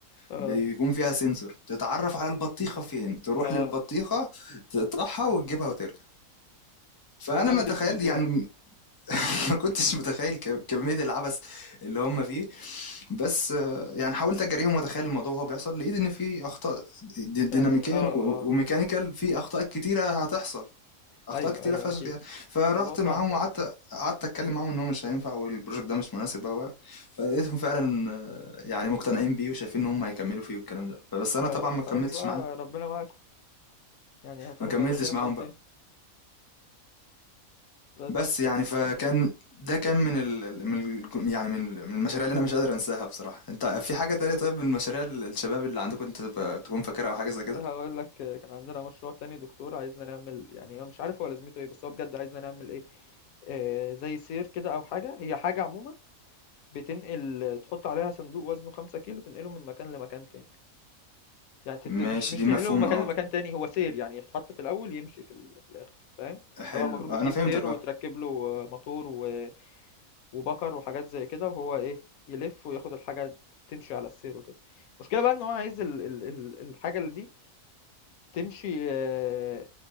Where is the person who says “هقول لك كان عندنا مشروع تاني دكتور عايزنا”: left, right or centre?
Left